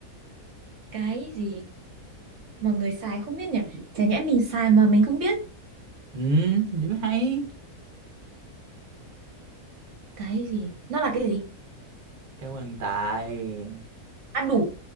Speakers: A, on the right; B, on the right.
A: Cái gì mà người xài không biết nhỉ? Chả nhẽ mình xài mà mình không biết.
B: ừ, điểm hay
A: Cái gì? Nó là cái gì?
B: cảm ơn Tài
A: À đủ,